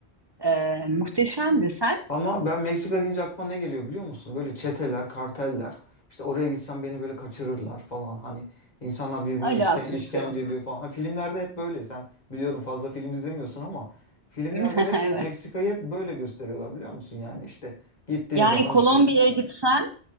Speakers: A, on the right; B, on the left.
A: E, muhteşemdi. Sen
B: Ama ben Meksika deyince aklıma ne geliyor biliyor musun? Böyle çeteler, karteller. İşte oraya gitsem beni böyle kaçırırlar falan. Hani insanlar birbirine
A: alakası
B: işken işkence
A: yok.
B: ediyor falan. Ha filmlerde hep böyle. Sen biliyorum fazla film izlemiyorsun ama filmlerde
A: <laughs>
B: hep
A: Evet.
B: Meksika'yı hep böyle gösteriyorlar biliyor musun? Yani işte gittiğin
A: Yani
B: zaman
A: Kolombiya'ya
B: işte
A: gitsen